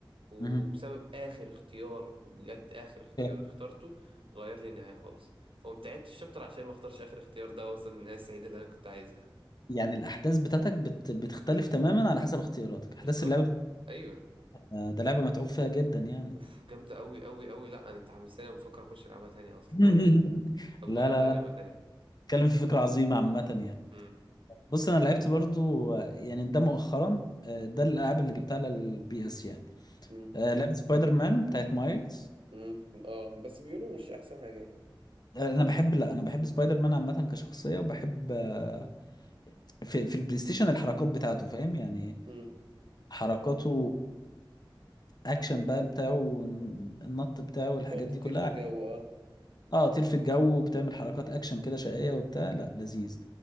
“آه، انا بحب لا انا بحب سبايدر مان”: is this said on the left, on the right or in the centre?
Left